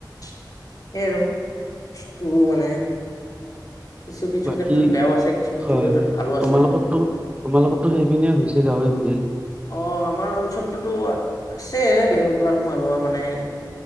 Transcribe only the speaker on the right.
বাকী
হয়
হয়
তোমালোকো
তোমালোকতো সেইপনে হৈছে গাঁৱে ভঞে